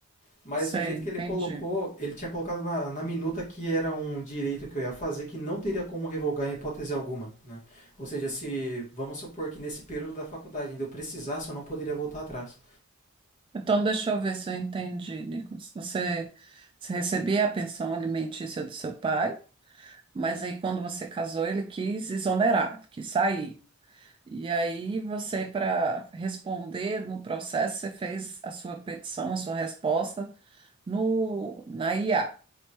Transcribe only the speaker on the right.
Sei,
entendi.
Então, deixa eu ver se eu entendi, Nicolas. Você, você recebia a pensão alimentícia do seu pai, mas aí quando você casou, ele quis exonerar, ele quis sair. E aí você, para responder no processo, você fez a sua petição, a sua resposta no, na IA.